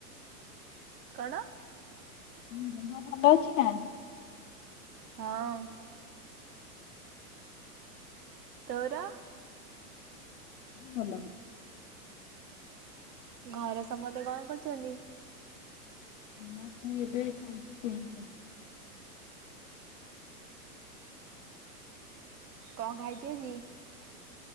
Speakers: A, on the right (about 85°); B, on the left (about 50°).
A: କଣ?
B: ହୁଁ ଦେହ ଭଲ ଅଛି ନା?
A: ହଁ। ତୋର?
B: ଭଲ।
A: ଘରେ ସମସ୍ତେ କଣ କରୁଛନ୍ତି?
B: <unintelligible>
A: କଣ ଖାଇଛୁ ଆଜି?